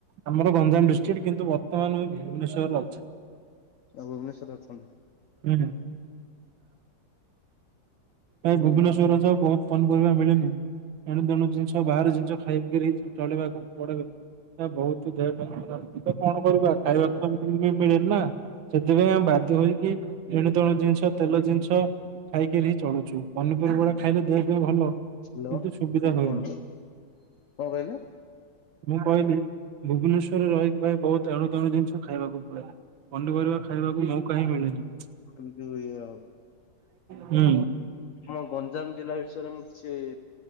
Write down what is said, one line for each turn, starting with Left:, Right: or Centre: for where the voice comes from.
Right: ଆମର ଗଞ୍ଜାମ ଡିଷ୍ଟ୍ରିକ୍ଟ କିନ୍ତୁ ବର୍ତ୍ତମାନ ମୁଁ ଭୁବନେଶ୍ୱରରେ ଅଛି।
Left: ତମେ ଭୁବନେଶ୍ଵରରେ ଅଛ?
Right: ହୁଁ। ଭାଇ ଭୁବନେଶ୍ଵରରେ ଯୋଉ ବହୁତ ପନିପରିବା ମିଳେନି। ଏଣୁ ତେଣୁ ଜିନିଷ ବାହାରେ ଜିନିଷ ଖାଇିକିରି ଚଳିବାକୁ ପଡେ। ବହୁତ ଦେହଟା ଖରାପ। କଣ କରିବା ଖାଇବାକୁ ତ ମିଳେନି ନା ସେଥିପାଇଁ ଆମେ ବାଧ୍ୟ ହୋଇକି ଏଣୁ ତେଣୁ ଜିନିଷ ତେଲ ଜିନିଷ ଖାଇକିରି ହିଁ ଚଳୁଛୁ ପନିପରିବା ଖାଇଲେ ଦେହ ପାଇଁ ଭଲ
Left: ହ୍ୟାଲୋ
Right: କିନ୍ତୁ
Left: ହଁ
Right: ସୁବିଧା
Left: କଣ
Right: ହୁଏନି।
Left: କୁହନ୍ତୁ କଣ କହିଲେ?
Right: ମୁଁ କହିଲି ଭୁବନେଶ୍ଵରରେ ରହିକି ଭାଇ ବହୁତ ଏଣୁ ତେଣୁ ଜିନିଷ ଖାଇବାକୁ ପଡେ। ପନିପରିବା ଖାଇବାକୁ ମୌକା ହିଁ ମିଳେନି।
Left: ତମକୁ ଇଏ ଯୋଉ ହେଲା।
Right: ହୁଁ।
Left: ଆମ ଗଞ୍ଜାମ ଜିଲ୍ଲା ବିଷୟରେ ମୁଁ କିଛି